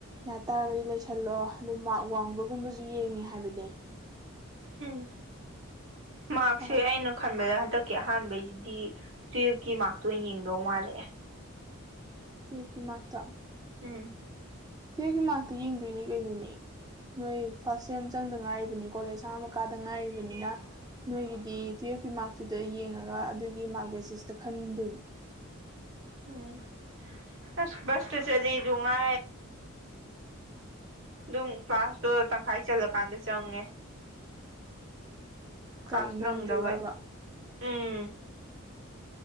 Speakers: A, on the right; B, on the right.
A: ꯌꯥꯇꯥꯥꯔꯒꯗꯤ ꯂꯩꯁꯜꯂꯣ ꯑꯗꯨ ꯃꯥꯛ ꯋꯥꯡꯕꯒꯨꯝꯕꯖꯨ ꯌꯦꯡꯉꯦ ꯍꯥꯏꯕꯅꯦ
B: ꯎꯝ ꯃꯥꯔ꯭ꯛꯁꯦ
A: ꯑꯍ
B: ꯑꯩꯅ ꯈꯟꯕꯗ ꯍꯟꯗꯛꯀꯤ ꯑꯍꯥꯟꯕꯩꯖꯤꯗꯤ ꯇꯨꯌꯦꯜꯐꯀꯤ ꯃꯥꯔꯛꯇꯣ ꯑꯣꯏꯅ ꯌꯦꯡꯗꯧ ꯃꯥꯜꯂꯛꯑꯦ꯫
A: ꯇꯨꯌꯦꯜꯐꯀꯤ ꯃꯥꯛꯇꯣ
B: ꯎꯝ
A: ꯇꯨꯋꯦꯐꯀꯤ ꯃꯥꯛꯇꯨ ꯌꯦꯡꯗꯣꯏꯅꯤ ꯀꯩꯅꯣꯅꯦ꯫ ꯅꯣꯏ ꯐꯥꯔꯁ ꯁꯦꯝ ꯆꯪꯗ ꯉꯥꯏꯔꯤꯕꯅꯤ ꯀꯣꯂꯦꯖ ꯑꯍꯥꯟꯕ ꯀꯥꯗ ꯉꯥꯏꯔꯤꯕꯅꯤꯅ꯫ ꯅꯣꯏꯒꯤꯗꯤ ꯇꯨꯌꯦꯜꯞꯀꯤ ꯃꯥꯔꯛꯇꯨꯗ ꯌꯦꯡꯉꯒ ꯑꯗꯨꯒꯤ ꯃꯥꯔꯛ ꯕꯦꯁꯤꯁꯇ ꯈꯟꯗꯣꯏꯅꯤ
B: ꯎꯝ ꯑꯁ ꯁ ꯇ ꯆꯂ ꯂꯨꯒ ꯑꯗꯨꯝ ꯀ꯭ꯂꯥꯁꯇꯣ ꯇꯪꯈꯥꯏ ꯆꯜꯂꯀꯥꯟꯗ ꯆꯪꯉꯦ ꯀ꯭ꯂꯥꯁ
A: ꯀꯩ ꯅꯪꯗ꯭ꯣꯏꯔꯕ
B: ꯅꯪꯗꯕꯩ ꯎꯝ